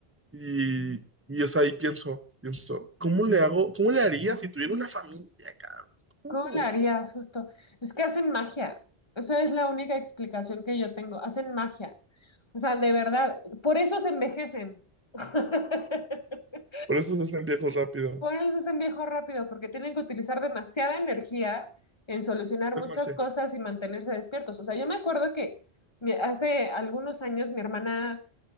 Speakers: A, on the right; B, on the left.
A: Y, y o sea, ahí pienso, pienso, ¿cómo le hago? ¿Cómo le haría si tuviera una familia, cabrón? ¿Cómo?
B: ¿Cómo le harías justo? Es que hacen magia. Eso es la única explicación que yo tengo. Hacen magia. O sea, de verdad, por eso se envejecen. <laughs>
A: Por eso se hacen viejos rápido.
B: Por eso se envejecen rápido, porque tienen que utilizar demasiada energía en solucionar
A: El
B: muchas
A: Marche.
B: cosas y mantenerse despiertos. O sea, yo me acuerdo que mi- hace algunos años mi hermana